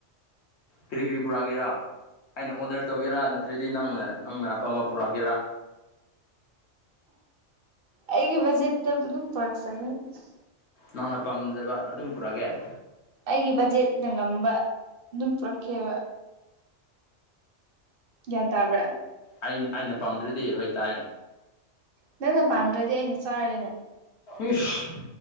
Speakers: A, on the left; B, on the right.
A: ꯀꯔꯤ ꯀ꯭ꯔꯤꯄꯨꯔꯥꯒꯦꯔꯥ ꯑꯩꯅ ꯑꯣꯗꯔ ꯇꯧꯒꯦꯔꯥ ꯅꯠꯇ꯭ꯔꯗꯤ ꯅꯪꯅ ꯅꯪꯅ ꯑꯄꯥꯝꯕ ꯄꯨꯔꯛꯀꯦꯔꯥ
B: ꯑꯩꯒꯤ ꯕꯖꯦꯠꯇ ꯑꯗꯨꯝ ꯄꯔꯛ ꯆꯪꯉꯅꯤ
A: ꯅꯪꯅ ꯄꯥꯝꯖꯕ ꯑꯗꯨꯝ ꯄꯨꯔꯛꯑꯒꯦ
B: ꯑꯩꯒꯤ ꯕꯖꯦꯠꯅ ꯉꯝꯕ ꯑꯗꯨꯝ ꯄꯨꯔꯛꯀꯦꯕ ꯌꯦꯟ ꯇꯥꯕ꯭ꯔꯦ
A: ꯑ ꯑꯩꯅ ꯄꯥꯝꯗ꯭ꯔꯗꯤ ꯍꯣꯏ ꯇꯥꯏ
B: ꯅꯪ ꯅ ꯄꯥꯝꯗ꯭ꯔꯗꯤ ꯑꯩꯅ ꯆꯥꯔꯦꯅꯦ
A: ꯏꯁꯁ